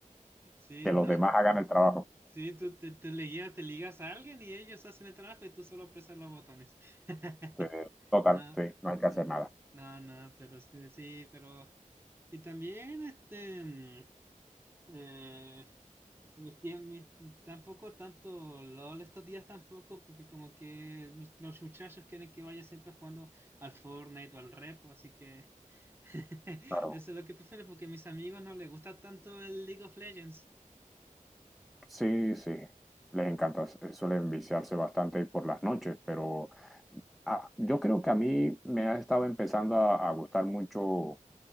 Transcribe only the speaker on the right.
Sí,
no,
Sí, tú te, te ligas, te ligas a alguien y ellos hacen el trabajo y tú solo presas los botones. <laughs>
No,
sí,
no, no, pero es que sí, pero... Y también, este, mm, eh, mi tie- mi- tampoco tanto LOL estos días tampoco, porque como que mis- los muchachos quieren que vaya siempre jugando al Fortnite o al Rep, así que <laughs>
eso es lo que prefiero, porque a mis amigos no les gusta tanto el League of Legends.